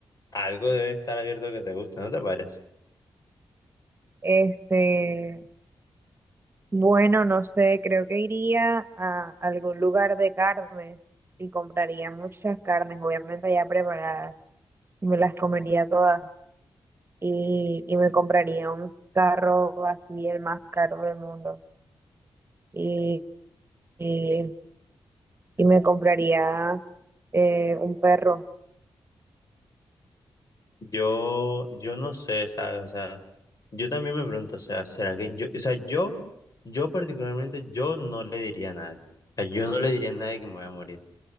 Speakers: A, on the left; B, on the right.
A: Algo debe estar abierto que te guste, ¿no te parece?
B: Este, bueno, no sé, creo que iría a algún lugar de carnes y compraría muchas carnes, obviamente ya preparadas, y me las comería todas. y, y me compraría un carro así, el más caro del mundo. Y, y, y me compraría eh, un perro.
A: Yo, yo no sé, ¿sabes? O sea, yo también me pregunto, o sea, ¿será que yo, o sea, yo, yo particularmente, yo no le diría a nadie. O sea, yo no le diría a nadie que me voy a morir.